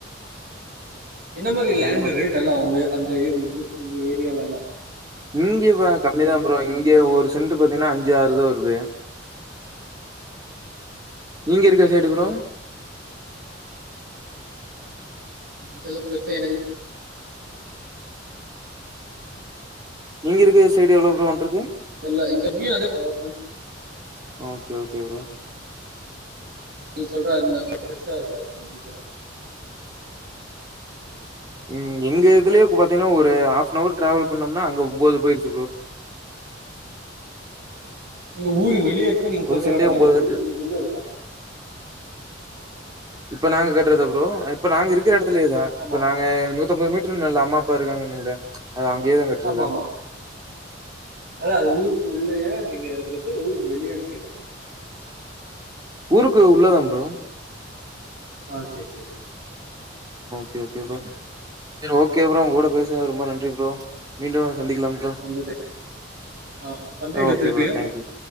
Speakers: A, on the right; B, on the right.
A: என்ன மாரி லேண்ட்டு
B: ஆமா ப்ரோ
A: ரேட்டெல்லா உங்க அந்த உங்கள்து உங்க ஏரியாலல்லா
B: இங்க இப்ப கம்மிதா ப்ரோ இங்க ஒரு சென்ட்டு பாத்தீங்ன்னா அஞ்சு ஆறு தா வருது நீங்க இருக்குற சைடு
A: ஓகே
B: ப்ரோ
A: இங்கலா பெருசா எனக்கு
B: நீங்க இருக்குற சைடு எவ்ளோ ப்ரோ லேண்ட் இருக்கு
A: எல்ல இங்க நீயூவா எதும் <inaudible>
B: ஓகே ஓகே ப்ரோ
A: நீ சொல்ற அரும பெருசா இருக்காது இங்கே கூட
B: ம் எங்க இதுலயே இப்ப பாத்தீங்ன்னா ஒரு ஹஃப்ன்ஹவர் டிராவல் பண்ணோம்னா அங்க ஒம்போது போயிருச்சு ப்ரோ
A: இந்த ஊரு வெளியே இருக்கா நீங்க
B: ஒரு
A: சொல்ற
B: சென்டே
A: எடம்
B: ஒம்போது
A: இல்ல
B: லட்ச
A: ஊருக்கு உள்ள இருக்கா
B: இப்ப நாங்க கட்றதா ப்ரோ இப்ப நாங்க இருக்கிற எடத்துலயே தா இப்ப
A: ஆமா
B: நாங்க நூத்தம்பது மீட் உத்ர மேர்ல அம்மா அப்பா இருக்காங்குன்னல்ல அவ அங்கேய தா கட்ருக்கு
A: ஆமா ஆமா அதா அது ஊருக்கு உள்ளயா நீங்க இருக்கற்து ஊருக்கு வெளியன் கேக்குற
B: ஊருக்கு உள்ளதா ப்ரோ
A: ஆ செர் செரி
B: சர் ஓகே ப்ரோ உங்க கூட பேசுனது ரொம்ப நன்றி ப்ரோ மீண்டும் சந்திக்லாம்
A: ரொம்ப தேங்க்ஸ் ஆ பண்றீங்களா
B: ஆ ஓகே
A: திருப்பியு
B: ப்ரோ தேங்க்யூ